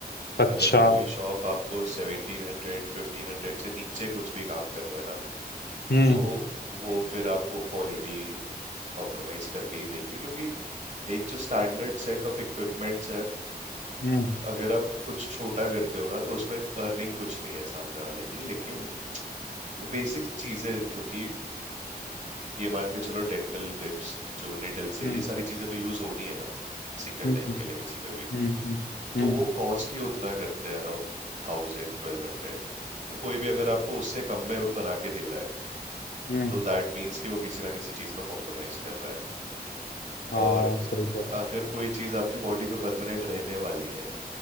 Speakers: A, on the left; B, on the right.
A: अच्छा
B: अगर कोई शॉप आपको सेवेंटीन हंड्रेड फिफ्टीन हंड्रेड से नीचे कुछ भी काम कर रहा है ना
A: हम्म
B: तो वो फिर आपको क्वालिटी कॉम्प्रोमाइज करके ही देंगे क्योंकि एक जो स्टैंडर्ड सेट ऑफ इक्विपमेंट्स है
A: हम्म
B: अगर आप कुछ छोटा करते हो ना तो उसमें अर्निंग कुछ नहीं है सामने वाले की लेकिन वो बेसिक चीजें क्योंकि ये मान के चलो डेंटल बिप्स जो निडल्स है
A: हम्म।
B: ये सारी चीजें तो यूज होनी है ना सिंगल
A: हम्म
B: टाइम के लिए किसी पे भी
A: हम्म हम्म हम्म
B: तो वो कॉस्ट ही उतना करते हैं अराउंड थाउजेंड ट्वेल्व हंड्रेड तो कोई भी अगर आपको उससे कम में बना के दे रहा है
A: हम्म, हम्म।
B: तो दैट मीन्स कि वो किसी ना किसी चीज में कॉम्प्रोमाइज कर रहा है
A: हाँ
B: और
A: सही कह रहे हो।
B: अगर कोई चीज आपकी बॉडी पे परमानेंट रहने वाली है